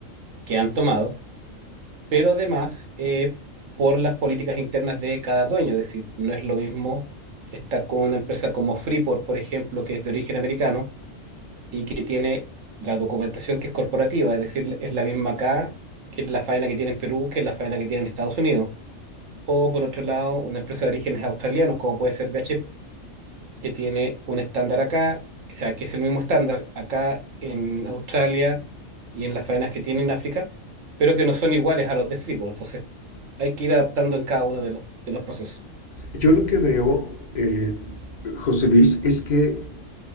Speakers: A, on the right; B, on the left.
A: que han tomado, pero además eh, por las políticas internas de cada dueño. Es decir, no es lo mismo estar con una empresa como Freeport, por ejemplo, que es de origen americano y que tiene la documentación que es corporativa, es decir, es la misma acá que la faena que tiene en Perú, que la faena que tiene en Estados Unidos. O por otro lado, una empresa de orígenes australianos, como puede ser BHP que tiene un estándar acá, o sea, que es el mismo estándar acá en Australia y en las faenas que tiene en África, pero que no son iguales a los de Freeport. Entonces, hay que ir adaptando en cada uno de los, de los procesos.
B: yo lo que veo, eh, José Luis, es que,